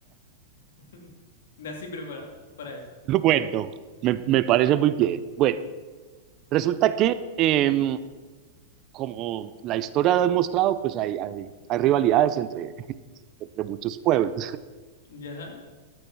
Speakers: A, on the left; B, on the right.
A: <laughs> Nací preparado para
B: <laughs>
A: esto.
B: bueno, me, me parece muy bien. Bueno, resulta que eh, como la historia ha demostrado, pues hay, hay, hay rivalidades entre, entre muchos pueblos.
A: Ya,